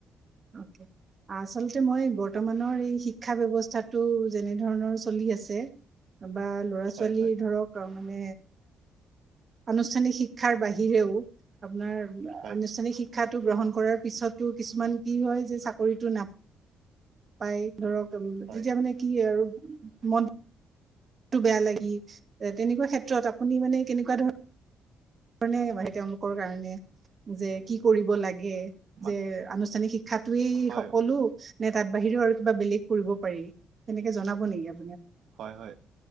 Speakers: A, on the right (about 40°); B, on the right (about 75°).
A: অ আচলতে মই বৰ্তমানৰ এই শিক্ষা ব্যবস্থাৰ টো যেনে ধৰণৰ চলি আছে বা ল'ৰা
B: হয়
A: ছোৱালী
B: হয়
A: ধৰক মানে আনুষ্ঠানিক শিক্ষাৰ বাহিৰেও আপোনাৰ
B: হয়
A: আনুষ্ঠানিক শিক্ষাত টো গ্ৰহণ কৰাৰ পিছতো কিছুমান কি হয় যে চাকৰিত নাপায় ধৰক তেতিয়া
B: হয়
A: মানে কি আৰু মন বেয়া লাগি। তেনেকুৱা ক্ষেত্ৰত আপুনি মানে কেনেকুৱা ধৰণৰ <unintelligible> কাৰণে যে কি কৰিব লাগে
B: মান
A: যে আনুষ্ঠানিক শিক্ষাতয়েই
B: হয়
A: সকলো নে তাত বাহিৰেও আৰু কিবা বেলেগ কৰিব পাৰি সেনেকে জনাব নেকি আ
B: হয়। হয়।